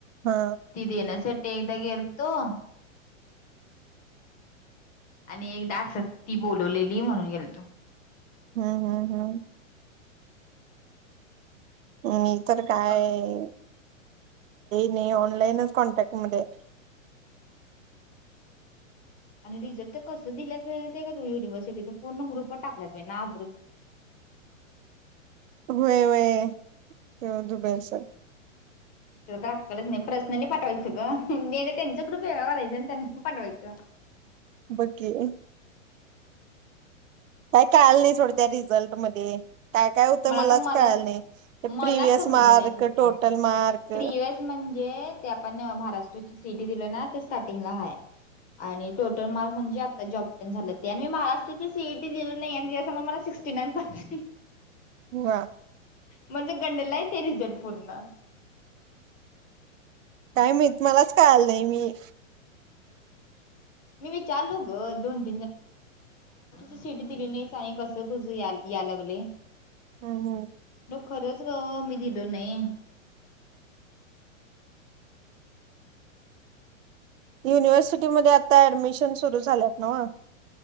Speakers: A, on the right; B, on the left.
A: हा
B: <inaudible> एकदा गेल्तो. आणि एकदा असच ती बोलवलेली म्हणून गेलतो.
A: ह हं हं. <unintelligible> लय
B: मग
A: नाही ऑनलाइनच कॉन्टॅक्ट मध्ये हाय.
B: आणि रिजल्ट तर कसे दिल्यात बाई माहिती आहे का तूला युनिव्हर्सिटीचे पूर्ण ग्रुपवर टाकल्यात बाई नाव <unintelligible>
A: व्हय व्हय <unintelligible>
B: हिला काय अक्कलच नाय पर्सनली पाठवायचं ग. हिंदी नी त्यांच्या ग्रुप वेगळा हाय. ज्यानं त्यान पाठवकयचं.
A: बघ की काय काल नाही थोडं त्या रिझल्ट मध्ये काय काय होतं
B: मला
A: मलाच
B: तर मला
A: कळालं नाही ते
B: मलाच
A: प्रिव्हियस
B: समजलं
A: मार्क
B: नाही स्वता
A: टोटल मार्क
B: प्रिवस म्हणजे ते आपण महाराष्ट्र सी ई टी दिले ना ते स्टार्टिंगला हाय आणि टोटल मार्क म्हणजे आता जॉब तेन झालं आणि मी महाराष्ट्राची सीईटी दिलं नाही आणिसमोर मला सिक्टी नाईन पडल्या
A: वा
B: म्हणजे गंडला आहे ते रिझट पूर्ण.
A: काय माहित? मलाच कळाल नाही मी
B: मी विचारलू ग दोन <unintelligible> शीट दिली नाहीस आणि कसं तुझ या या लागलयं.
A: हम हम
B: खरंच ग मी दिलो नाही.
A: युनिव्हर्सिटीमध्येध्ये आता ऍडमिशन सुरू झाल्यात नव्ह.